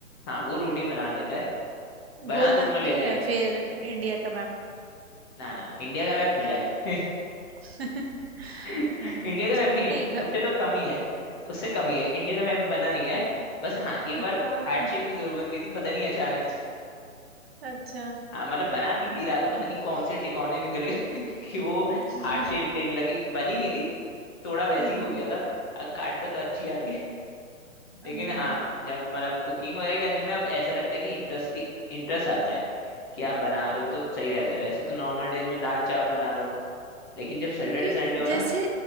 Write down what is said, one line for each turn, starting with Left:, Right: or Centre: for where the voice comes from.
Left: हाँ वो रोटी बना लेता है बना
Right: गोल
Left: दोनों
Right: बनती
Left: लेते
Right: है
Left: हैं
Right: या फिर इंडिया का मैप
Left: ना ना इंडिया का मैप मेरा है
Right: <laughs>
Left: <laughs> इंडिया
Right: हाँ,
Left: का
Right: चलो
Left: मैप भी नहीं
Right: नहीं घ...
Left: उससे तो कम ही है उससे कम ही है इंडिया का मैप बना नहीं है बस हाँ एक बार
Right: आ,
Left: हार्ट शेप की जरूर बन गई थी पता नहीं अचानक
Right: अच्छा
Left: हाँ मतलब बना सीधी रहा था
Right: <laughs>
Left: पता नहीं कौन से टिकौने निकल गए <laughs> कि वो
Right: हम्म
Left: हार्ट शेप लेने लगी बनी नहीं थी थोड़ा वैसे
Right: हम्म,
Left: ही हो गया था अब काटता तो तो अच्छी आती है <laughs>
Right: हाँ,
Left: लेकिन हाँ जब मतलब कुकिंग वगैरह करने में अब ऐसा लगता है कि इंटरेस्ट इंटरेस्ट आता है कि आप बना रहे हो तो सही रहता
Right: ठीक।
Left: है वैसे तो नॉर्मल डेज में दाल चावल बना लो लेकिन जब सैटरडे
Right: क्योंकि
Left: संडे हो
Right: जैसे
Left: ना